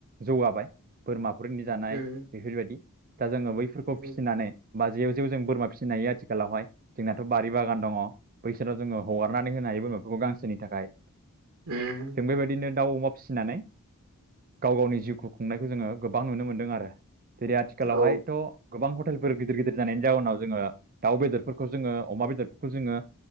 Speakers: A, on the right (about 40°); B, on the right (about 65°).
A: जौगाबाय बोरमा <unintelligible> जानाय
B: उम
A: बेफोरबायदि दा जोङो बैफोरखौ
B: उम
A: फिसिनानै बाजेयाव जेव जेव जों बोरमा फिसिनो हायो आथिखालावहाय जोंनाथ' बारि बागान दङ बैसोराव जोङो हगारनानै होनो हायो हायोमाफोरखौ गांसोनि थाखाय
B: उ <unintelligible>
A: जों बेबायदिनो दाउ अमा फिसिनानै गाव गावनि जिउखौ खुंनायखौ जोङो गोबां नुनो मोनदों आरो । दिनै आथिखालावहायथ'
B: औ
A: गोबां हत गिदिर गिदिर जानायनि जाउनाव जोङो दाउ बेदरफोरखौ जोङो अमा बेदरफोरखौ जोङो